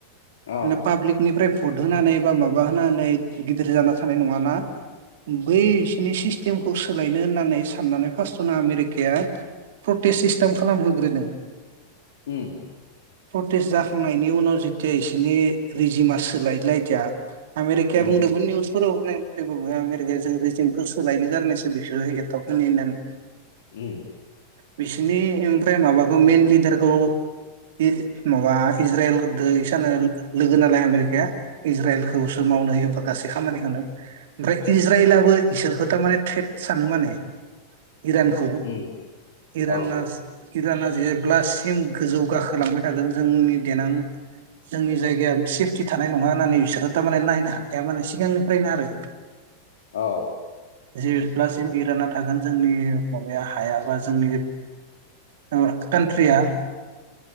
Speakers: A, on the left; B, on the right.
A: अ
B: माने पाब्लिक निफ्राय भट होनानै बा माबा होनानै गिदिर जाना थानाय नङाना बै सिनि सिस्टेमखौ सोलायनो होननानै साननानै फार्स्टआवनो आमेरिकाया प्रटेस्ट सिस्टेम खालामहोग्रोदों।
A: उम
B: प्रटेस जाखांनायनि उनाव जितिया इसिनि रिजिमा सोलाय लायदिया आमेरकाया
A: उम
B: बुंदोंमोन निउस फोराव होननाय मथेबाबो आमेरिकाया जों रिेजिमखौ सोलायनो गारनायसो बिसोरो एथाब होनो होननानै
A: उम
B: बिसिनि ओमफ्राय माबाखौ मेन लिडारखौ इ माबा इज्राइल खोदो इसानो लोगो नालाय आमेरिकाया इज्राइलखौसो मावनो होयोबा। गासै खामानिखौनो ओमफ्राय इज्राइलाबो इसोरखौ थारमाने ट्रेट सानो माने। इरानखौ
A: उम
B: इराना
A: औ
B: इराना जेब्लासिम गोजौ गाखोलांबाय थागोन जोंनि देनां जोंनि जाय गाया सेफटि थानाय नङा होननानै बिसोरो थारमाने नायनो हाखाया माने सिगांनिफ्रायनो आरो
A: औ
B: जेब्लासिम इराना थागोन जोंनि माबाया हाया बा जोंनि ओ कान्ट्रिया